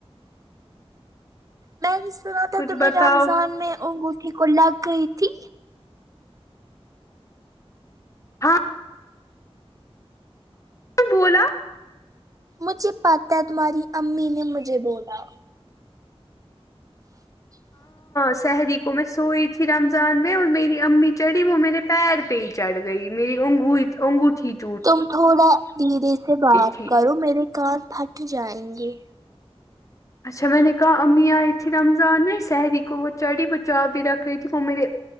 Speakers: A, on the right (about 35°); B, on the left (about 30°).
A: میں نے سنا تھا
B: کچھ
A: تمہیں
B: بتاؤ
A: رمضان میں انگوٹھی کو لگ گئی تھی
B: ہاں بولا
A: مجھے پت ہے تمہاری امی نے مجھے بولا چ
B: سہری کو میں سوئی تھی رمضان میں اور میری امی چڑھی وہ میرے پیر پی چڑھ گئی میری اننگو اگو ٹھیک
A: تم تھوڑا دھیرے سے بات
B: تھی
A: کرو میرے کان پھٹ جائیں گے
B: اچھا میں نے کہا اممی آئی تھی رمضان میں سحری کو وہ چڑھی وہ چا بھی رکھ رہی تھی وہ میرے